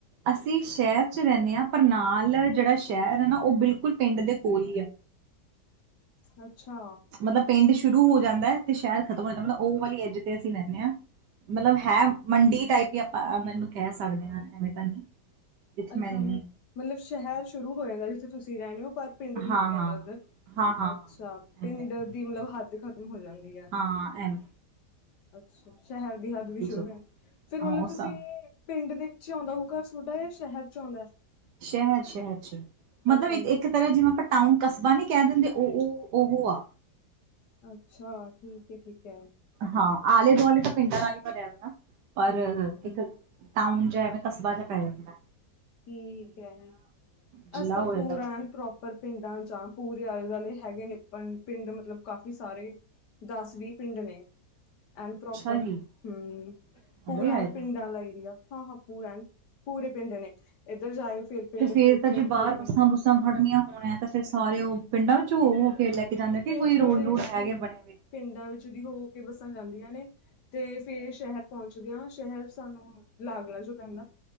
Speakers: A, on the right; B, on the left.
A: ਅਸੀਂ ਸ਼ਹਿਰ ਚ ਰਹਿੰਦੇ ਹਾਂ। ਪਰ ਨਾਲ ਜਿਹੜਾ ਸ਼ਹਿਰ ਹੈ ਨਾ ਉਹ ਬਿਲਕੁਲ ਪਿੰਡ ਦੇ ਕੋਲ ਹੀ ਆ।
B: ਅੱਛਾ।
A: ਮਤਲਬ ਪਿੰਡ ਸ਼ੁਰੂ ਹੋ ਜਾਂਦਾ ਤੇ ਸ਼ਹਿਰ ਖ਼ਤਮ ਹੋ ਜਾਂਦਾ। ਮਤਲਬ ਉਹ ਵਾਲੀ ਜਗ੍ਹਾ ਤੇ ਅਸੀਂ ਰਹਿੰਦੇ ਹਾਂ। ਮਤਲਬ ਹੈ ਮੰਡੀ ਟਾਈਪ ਵੀ ਆਪਾਂ ਮੈਨੂੰ ਕਹਿ ਸਕਦੇ ਹਾਂ ਐਵੇਂ ਤਾਂ ਨਹੀਂ। ਜਿੱਥੇ
B: ਅੱਛਾ
A: ਮੈਂ ਰਹਿੰਦੀ
B: ਮਤਲਬ ਸ਼ਹਿਰ ਸ਼ੁਰੂ ਹੋ ਜਾਂਦਾ ਜਿੱਥੇ ਤੁਸੀਂ ਰਹਿੰਦੇ ਹੋ ਪਰ। ਪਿੰਡ ਮੁੱਕ
A: ਹਾਂ
B: ਜਾਂਦਾ
A: ਹਾਂ
B: ਉੱਧਰ
A: ਹਾਂ ਹਾਂ ਹਾਂ
B: ਅੱਛਾ
A: ਹਾਂ
B: ਪਿੰਡ
A: ਐਵੇਂ।
B: ਦੀ ਮਤਲਬ ਹੱਦ ਖਤਮ ਹੋ ਜਾਂਦੀ ਹੈ।
A: ਹਾਂ ਐਵੈ।
B: ਅੱਛਾ ਸ਼ਹਿਰ ਦੀ ਹੱਦ ਵੀ
A: ਜਗ੍ਹਾ
B: ਸ਼ੁਰੂ ਹੈ ਫਿਰ ਮਤਲਬ
A: ਹਾਂ ਉਹ ਹਿਸਾਬ
B: ਤੁਸੀਂ। ਪਿੰਡ ਦੇ ਵਿੱਚ ਆਉਂਦਾ ਉਹ ਘਰ ਤੁਹਾਡਾ ਜਾਂ ਸ਼ਹਿਰ ਚ ਆਉਂਦਾ ਹੈ।
A: ਸ਼ਹਿਰ, ਸ਼ਹਿਰ ਚ ਮਤਲਬ
B: ਆਉਂਦਾ
A: ਇੱਕ ਇੱਕ। ਤਰਾ ਜਿਵੇਂ ਆਪਾਂ ਟਾਊਨ ਕਸਬਾ ਨੀ ਕੈ ਦਿੰਦੇ, ਓ ਓ ਓਹੋ ਆ
B: ਅੱਛਾ, ਠੀਕ ਏ, ਠੀਕ ਐ।
A: ਹਾਂ, ਆਲੇ-ਦੁਆਲੇ ਤਾਂ ਪਿੰਡਾਂ ਨਾਲ ਈ ਭਰਿਆ ਰੈਨਾ ਪਰ
B: ਹਮ
A: ਇੱਕ ਟਾਊਨ ਜਾ ਐਵੇਂ ਕਸਬਾ ਜਾ ਪੈ ਜਾਂਦਾ ਐ
B: ਠੀਕ ਐ,
A: ਜਿਲਾ
B: ਅਸੀ ਤਾਂ
A: ਹੋ ਜਾਂਦਾ
B: ਪੂਰਾ
A: ਵਾ
B: ਐਨ ਪ੍ਰੋਪਰ ਪਿੰਡਾਂ ਚਾਂ ਪੂਰੇ ਆਲੇ-ਦੁਆਲੇ ਹੈਗੇ ਨੇ ਪਨ ਪਿੰਡ ਮਤਲਬ ਕਾਫੀ ਸਾਰੇ ਦਾੱਸ-ਵੀਹਪਿੰਡ ਨੇ ਐਨ
A: ਅੱਛਾ
B: ਪ੍ਰੋਪਰ,
A: ਜੀ
B: ਹੂੰ,
A: ਨਾਲੇ
B: ਪੂਰਾ
A: ਆਏ
B: ਐਨ ਪਿੰਡਾ
A: ਤਾਂ
B: ਆਲਾ ਏਰੀਆ, ਹਾਂ-ਹਾਂ ਪੂਰਨ ਪੂਰੇ ਪਿੰਡ ਨੇ ਇੱਧਰ ਸਾਰੇ ਫਿਰ ਪਿੰਡ
A: ਤੇ
B: ਫਿਰ
A: ਫੇਰ ਤਾਂ
B: ਪਿੰਡ
A: ਜੇ ਬਾਰ
B: ਫਿਰ
A: ਬੱਸਾਂ-ਬੁੱਸਾਂ
B: ਪਿੰਡ
A: ਫੜਨੀਆਂ ਹੋਨ ਐ ਤੇ ਫੇਰ ਸਾਰੇ ਓ ਪਿੰਡਾਂ ਵਿੱਚ ਹੋ-ਹੋ ਕੇ ਲੈ ਕੇ ਇਨਾਂ ਦੇ ਵੀ
B: ਪਿੰਡਾਂ
A: ਕੋਈ ਰੋਡ-ਰੁਡ
B: ਦੇ ਵਿੱਚ ਦੀ
A: ਹੈਗੇ ਬਣੇ। ਹੋਏ
B: ਪਿੰਡਾਂ ਵਿੱਚ ਦੀ ਹੋ-ਹੋ ਕੇ ਬੱਸਾਂ ਜਾਂਦੀਆਂ ਨੇ, ਤੇ ਫੇਰ ਸ਼ਹਿਰ ਪਹੁੰਚਦੀਆਂ। ਸ਼ਹਿਰ ਸਾਨੂੰ ਲੱਗ-ਲੱਗ ਜੋ ਪੈਂਦਾ।